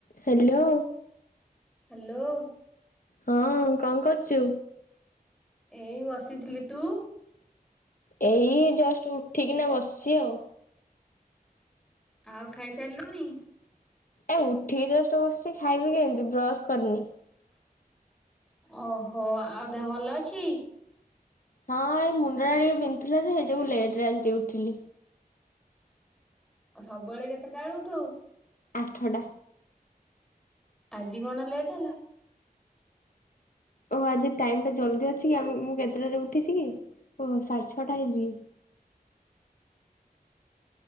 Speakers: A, on the left (about 60°); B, in the centre.
A: ହ୍ୟାଲୋ
B: ହ୍ୟାଲୋ
A: ହଁ କଣ କରୁଛୁ?
B: ଏଇ ବସିଥିଲି ତୁ
A: ଏଇ ଜଷ୍ଟ ଉଠିକିନା ବସିଛି ଆଉ।
B: ଆଉ ଖାଇସାରିଲୁଣି
A: ଏ ଉଠିକି ଜଷ୍ଟ ବସିଛି ଖାଇବି କେମିତି ବ୍ରସ୍ କରିନି
B: ଓହୋ ଆଉ ଦେହ ଭଲ ଅଛି।
A: ହଁ ଏଇ ମୁଣ୍ଡଟା ଟିକେ ବିନ୍ଧୁଥିଲା ଯେ ସେଇ ଯୋଗୁ ଲେଟରେ ଆଜି ଟିକେ ଉଠିଲି
B: ଆଉ ସବୁବେଳେ କେତେଟା ବେଳୁ ଉଠୁ
A: ଆଠଟା
B: ଆଜି କଣ ଲେଟ୍ ହେଲା।
A: ଓହୋ ଆଜି ଟାଇମ ଟା ଜଲଦି ଅଛି କି ଆ ମୁଁ କେତେଟାରେ ଉଠିଛି କି ଓହୋ ସାଢେ ଛଅଟା ହେଇଛିକି